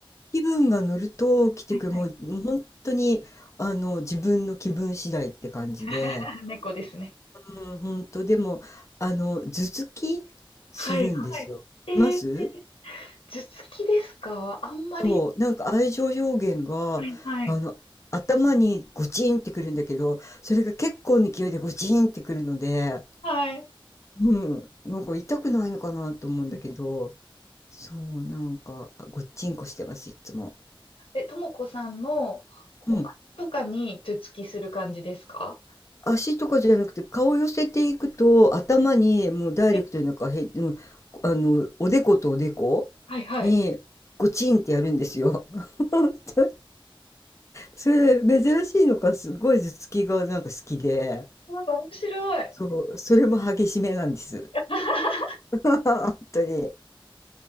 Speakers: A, on the left (about 35°); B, on the left (about 80°).
A: 気分が乗ると来てくれ、
B: はいはい。
A: もう、もう本当に、あの、自分の気分次第って感じで。
B: <laughs> 猫ですね。
A: うん、本当でも、あの、頭突きするんですよ。
B: はいはい。えー
A: います
B: 頭突きですかあんまり。
A: そう、なんか愛情表現が、
B: はいはい。
A: あの、頭にゴチンってくるんだけど、それが結構な勢いでゴチンってくるので、
B: はい。
A: うん、なんか痛くないのかなと思うんだけど、
B: <laughs>
A: そう、なんか、ゴごっちんこしてます、いつも。
B: え、ともこさんの、こう、
A: うん。
B: あれとかに頭突きする感じですか
A: 足とかじゃなくて、顔を寄せていくと、頭にもうダイレクトになんかへ、
B: え
A: うん、あの、おでことおでこに、
B: はいはい。
A: ゴチンってやるんですよ。<laughs> それ、珍しいのか、すごい頭突きがなんか好きで。
B: うわ面白い。
A: そう、それも激しめなんです。
B: <laughs>
A: <laughs> 本当とに。